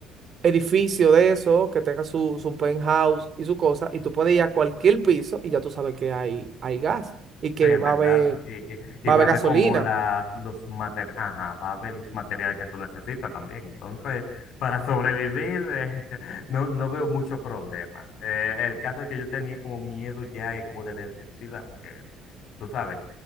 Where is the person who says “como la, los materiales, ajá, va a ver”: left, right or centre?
Left